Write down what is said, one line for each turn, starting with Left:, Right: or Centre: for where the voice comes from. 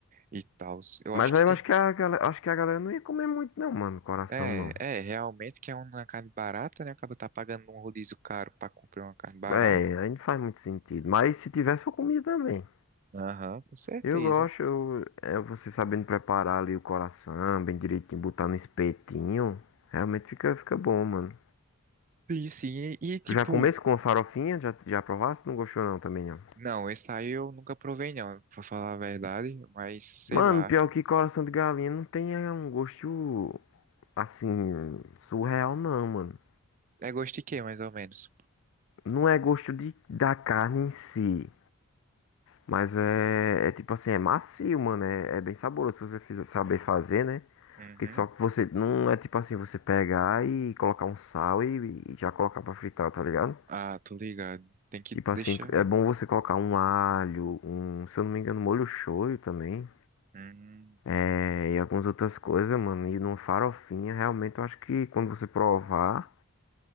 Right: e tal. Eu acho
Left: Mas aí
Right: que
Left: eu
Right: tem.
Left: acho que a galera, acho que a galera não ia comer muito, não, mano, coração
Right: É,
Left: não.
Right: é, realmente que é uma carne barata, né? Acaba tá pagando um rodízio caro pra comprar uma carne barata.
Left: É, aí não faz muito sentido. Mas se tivesse, eu comia também.
Right: Aham, com certeza.
Left: Eu gosto, eu, é você sabendo preparar ali o coração, bem direitinho, botar no espetinho. Realmente fica, fica bom, mano.
Right: E sim, e, e, tipo,
Left: Já comesse com a farofinha? Já, já provasse? Não gostou, não, também, ó.
Right: não, esse aí eu nunca provei, não, pra falar a verdade, mas sei
Left: Mano,
Right: lá.
Left: pior que coração de galinha não tem é, um gosto assim surreal não, mano.
Right: É gosto de quê, mais ou menos?
Left: Não é gosto de, da carne em si, mas é, é tipo assim, é macio, mano. É, é bem saboroso se você fizer, saber fazer, né?
Right: Uhum.
Left: Porque só que você não é tipo assim, você pegar e colocar um sal e, e já colocar pra fritar, tá ligado?
Right: Ah, tô ligado. Tem que
Left: Tipo
Right: deixar.
Left: assim, é bom você colocar um alho, um, se eu não me engano, molho shoyu também,
Right: Hum,
Left: é, e algumas outras coisas, mano. E numa farofinha, realmente eu acho que quando você provar.